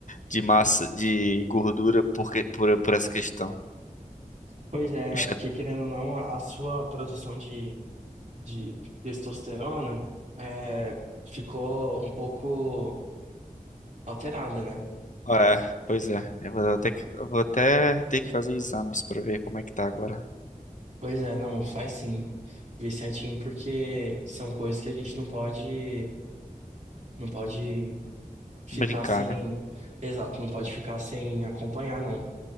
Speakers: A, on the left; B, on the right.
A: de massa, de gordura por, que- por, por essa questão.
B: Pois é,
A: O chat-
B: porque querendo ou não, a a sua produção de, de testosterona eh, ficou um pouco alterada, né?
A: Ah, É, pois é. Eu vou até, que- eu vou até ter que fazer exames pra ver como é que tá agora.
B: Pois é, não, faz sim, vê certinho, porque são coisas que a gente não pode, não pode ficar
A: Brincar,
B: sem,
A: né?
B: exato, não pode ficar sem acompanhar, não.